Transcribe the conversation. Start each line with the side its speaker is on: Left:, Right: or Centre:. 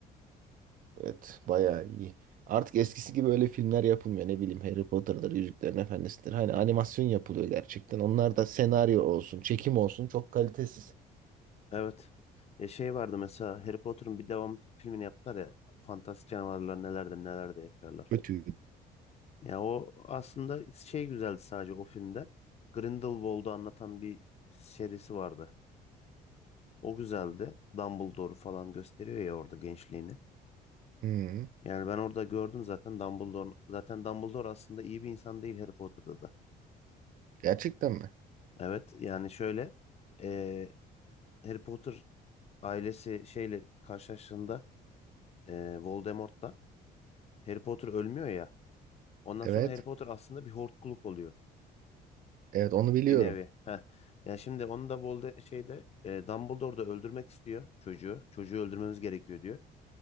Right: Evet bayağı iyi. Artık eskisi gibi öyle filmler yapılmıyor ne bileyim Harry Potter'dır, Yüzüklerin Efendisi'dir. Hani animasyon yapılıyor gerçekten. Onlar da senaryo olsun, çekim olsun çok kalitesiz.
Left: Evet. Ya şey vardı mesela Harry Potter'ın bir devam filmini yaptılar ya. Fantastik canavarlar nelerde nelerde yaşarlar.
Right: Kötü.
Left: Ya o aslında şey güzeldi sadece o filmde. Grindelwald'u anlatan bir serisi vardı. O güzeldi. Dumbledore'u falan gösteriyor ya orada gençliğini.
Right: Hı,
Left: Yani ben orada gördüm zaten Dumbledore'un zaten Dumbledore aslında iyi bir insan değil Harry Potter'da da.
Right: gerçekten mi?
Left: Evet yani şöyle eee Harry Potter ailesi şeyle karşılaştığında e, Voldemort'la Harry Potter ölmüyor ya. Ondan
Right: Evet.
Left: sonra Harry Potter aslında bir hortkuluk oluyor
Right: Evet onu biliyorum.
Left: bir nevi. Heh. Ya şimdi onu da Volde şeyde e, Dumbledore da öldürmek istiyor çocuğu. Çocuğu öldürmemiz gerekiyor diyor.